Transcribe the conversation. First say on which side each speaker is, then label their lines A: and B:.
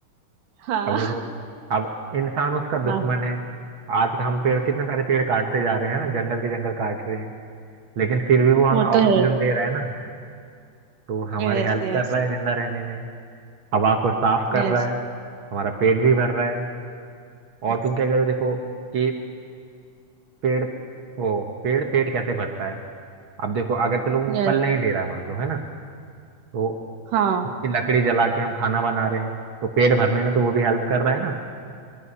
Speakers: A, on the right; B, on the right.
A: हाँ
B: अब देखो अब इंसान उसका दुश्मन
A: हाँ
B: है आज हम पेड़ कितने सारे पेड़ काटते जा रहे हैं ना जंगल के जंगल काट रहे हैं लेकिन फिर भी वो हमें
A: वो
B: ऑक्सीजन
A: तो है
B: दे रहा है ना तो वो हमारी
A: Yes yes
B: हेल्प
A: yes
B: कर रहा है जिंदा रहने में हवा को साफ कर
A: Yes
B: रहा है हमारा पेट भी भर रहा है और
A: yes
B: तुम क्या कह रहे हो देखो कि पेड़ वो पेड़ पेट कैसे भरता है अब देखो अगर चलो वो
A: yes
B: फल नहीं दे रहा है मान लो है ना तो
A: हाँ
B: इसकी लकड़ी जला के हम खाना बना रहे हैं तो पेट भरने में तो वो भी हेल्प कर रहा है ना